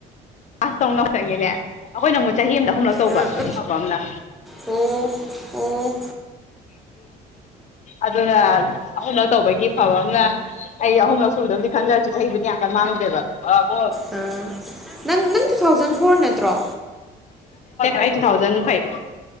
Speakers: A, on the left; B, in the centre.
A: ꯑꯁ ꯇꯧꯎ ꯆꯪꯉꯦꯅꯦ ꯑꯩꯈꯣꯏꯅ ꯑꯃꯨꯛ ꯆꯍꯤ ꯑꯃꯗ ꯑꯍꯨꯝꯂꯛ ꯇꯧꯕ
B: ꯑꯥ
A: ꯐꯐꯕ ꯑꯃꯅ
B: ꯑꯣ ꯑꯣ
A: ꯑꯗꯨꯅ ꯑꯍꯨꯝꯂꯛ ꯇꯧꯕꯒꯤ ꯐꯕ ꯑꯃꯅ ꯑꯩ ꯑꯍꯨꯝꯂꯛ ꯁꯨꯕꯗꯕꯨꯗꯤ ꯈꯟꯖꯔꯁꯨ ꯆꯍꯤꯕꯨꯗꯤ ꯌꯥꯝ ꯀꯟ ꯃꯥꯡꯗ꯭ꯔꯦꯕ ꯑꯥꯕꯣ
B: ꯑꯥ ꯅꯪ ꯅꯪ ꯇꯨ ꯊꯥꯎꯖꯟ ꯐꯣꯔ ꯅꯠꯇ꯭ꯔꯣ
A: ꯃ ꯇꯨ ꯊꯧꯖꯟ ꯐꯥꯏꯕ